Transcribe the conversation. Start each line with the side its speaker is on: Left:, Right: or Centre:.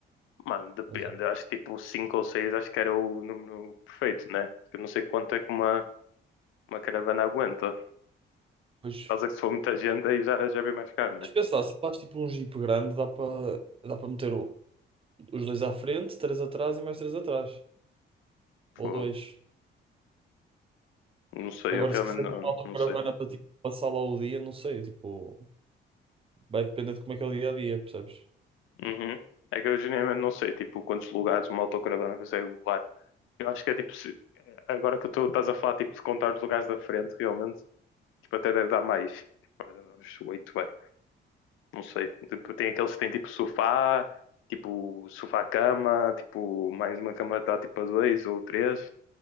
Left: Mano, depende.
Right: Mas, eh,
Left: Eu acho que tipo cinco ou seis acho que era o número perfeito, né? Eu não sei quanto é que uma, uma caravana aguenta.
Right: Pois,
Left: Caso que se for muita gente aí já, já é bem mais caro, né?
Right: tens de pensar, se faz tipo um jeep grande, dá para dá para meter o- os dois à frente, três atrás e mais três atrás.
Left: Pô,
Right: Ou dois.
Left: não sei,
Right: Agora,
Left: eu realmente
Right: se quiser
Left: não,
Right: ter uma autocaravana
Left: não sei.
Right: para tipo, passar lá o dia, não sei, tipo, vai depender de como é que é o dia a dia, percebes?
Left: Uhum. É que eu genuinamente não sei, tipo, quantos lugares uma autocaravana consegue levar. Eu acho que é tipo, se- agora que tu estás a falar tipo, de contar os lugares da frente, realmente, tipo, até deve dar mais. Tipo, deve dar uns oito, vai. Não sei. Tipo, tem aqueles que têm tipo sofá, tipo sofá-cama, tipo mais uma cama dá tipo a dois ou três.